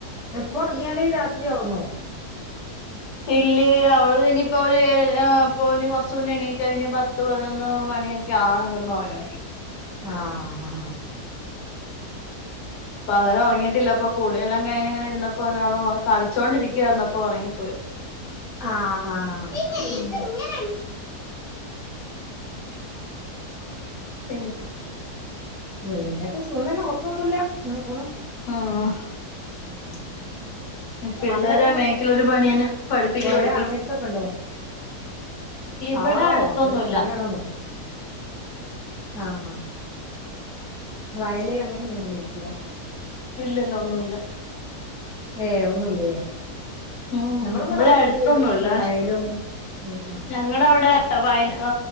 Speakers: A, in the centre; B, on the left.
A: ഇപ്പൊ ഒർങ്ങിയാല് രാത്രി ഒറങ്ങോ
B: ഇല്ലേ അവള് ഇനിയിപ്പോ ഒരു ഏഴര പ്പൊ ഒര് കൊറച്ച് മുന്നെ എണീറ്റാ പിന്നെ പത്ത് പതിനൊന്ന് മണിയെ ക്കെ ആകണം കെടന്നൊറങ്ങണങ്കി
A: ആഹ് ഹഹാ
B: പകല് ഒറങ്ങിയിട്ടില്ല ഇപ്പൊ കുളിയെല്ലാം കഴിഞ്ഞങ്ങനെ ഇരുന്ന് ഇപ്പരാളോ കളിച്ചോണ്ടിരിക്കുവായിരുന്നു അപ്പോ ഒറങ്ങിപ്പോയി
A: ആഹ് ആഹ്
B: ഉം
A: ഹ
B: പിന്നെ
A: പിന്നെ സുഖം തന്നെ കൊഴപ്പൊന്നുല്ല അങ്ങനെ പോണ്
B: ആഹ്
A: ഉം
B: പിള്ളേരെ
A: അവിടെ
B: മേക്കലൊരു പണിയന്നെ പഠിപ്പിക്കലും
A: പൊയ
B: എടുക്കലും
A: അങ്ങനത്തൊക്കെ ഇണ്ടോ
B: ഇവിടെ
A: ആഹ്
B: അടുത്തൊന്നുല്ല
A: അതൊരു പനിയാണെന്നോ ആഹ് ആഹ് വയല് അങ്ങനെ എന്തെങ്കിലുംഇല്ലേ
B: ഇല്ലല്ലോ ഒന്നുല്ല
A: ഏ ഒന്നുല്ലേ
B: ഉം
A: നമ്മളവിടെ
B: ഇവിടെ
A: അടുത്ത്
B: അടുത്തൊന്നുല്ല
A: വയലും ഉം ഉം
B: നിങ്ങളവിടെ വയല